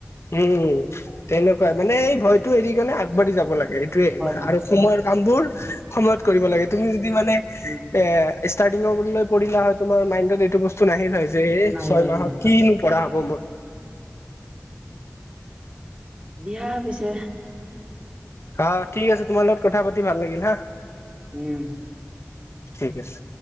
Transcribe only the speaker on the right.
হয় হয়
উম
নাহিল
নাহিল
দিয়া পিছে।
উম